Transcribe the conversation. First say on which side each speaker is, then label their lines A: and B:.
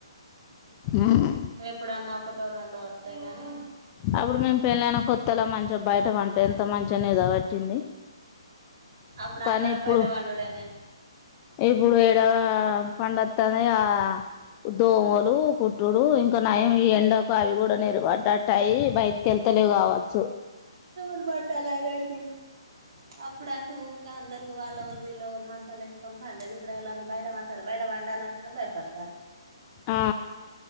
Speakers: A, on the left; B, on the right.
A: ఉమ్
B: ఎప్పుడన్న ఒక ఒకటో రెండో వత్తయ్ కాని
A: అప్పుడు మేము పెళ్ళైనా కొత్తలా మంచిగా బయట పంటే ఎంత మంచి చెన్నై కాబట్ ది
B: అప్పుడు
A: కానీ
B: అందరం
A: ఇప్పుడు
B: బయట పండుడేనే
A: ఇప్పుడు ఏడవ పండోతనయా దోమలు కట్టుడు ఇంకా నయం ఈ ఎండకు అవి కూడా నీరు పడట్ యి బయటికి ఎల్తలేవ్ కావచ్చు
B: లు పట్టాలద ఇప్పుడు అప్పుడు అంటూ ఊకా అందరు వాళ్ళవోళ్ళు వీళ్ళవోళ్ళు మంచాల వేసుకొని పండదే ఇప్పుడు ఎవలైనా బయట పంటరా బయట పండాలంటేనే భయపడతారు
A: ఆ